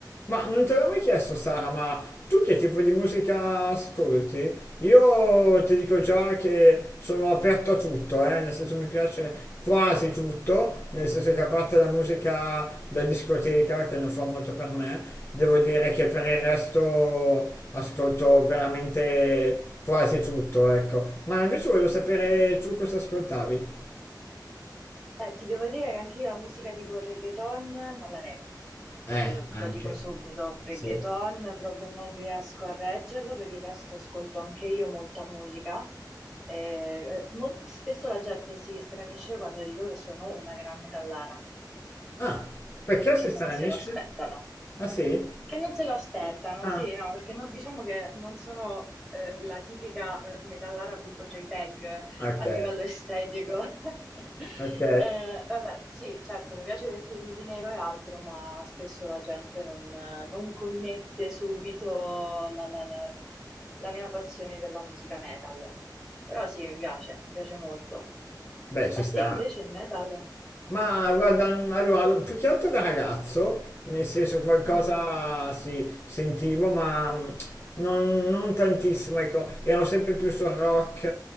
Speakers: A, on the left; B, in the centre.
A: Ma non te l'ho mai chiesto, Sara, ma tu che tipo di musica ascolti? Io ti dico già che sono aperto a tutto, eh, nel senso mi piace quasi tutto, nel senso che a parte la musica da discoteca, che non fa molto per me, devo dire che per il resto ascolto veramente quasi tutto, ecco. Ma invece voglio sapere tu cosa ascoltavi?
B: Eh, ti devo dire che anche io la musica tipo reggaeton non la reggo. Eh,
A: Eh,
B: te lo,
A: anche.
B: lo dico subito, reggaeton
A: Sì.
B: proprio non riesco a reggerlo, per il resto ascolto anche io molta musica. Eh, eh, mol- spesso la gente si stranisce quando dico che sono una gran metallara,
A: Ah, perché
B: perché
A: si
B: non
A: stranisce?
B: se lo aspettano.
A: Ah sì?
B: Che non se lo aspettano,
A: Ah.
B: sì, no, perché non- diciamo che non sono eh, la tipica eh, metallara.jpg
A: Ok,
B: a livello estetico. <laughs>
A: ok,
B: Eh, vabbè, sì, certo, mi piace vestirmi di nero e altro, ma spesso la gente non, eh, non connette subito la, la- la- la mia passione per la musica metal. Però sì, mi piace, mi piace molto.
A: beh
B: A
A: ci sta.
B: te invece il metal?
A: Ma guarda, n- allora, più che altro da ragazzo, nel senso qualcosa
B: Mm,
A: sì, sentivo, ma mh, non, non tantissimo, ecco, ero sempre più sul rock,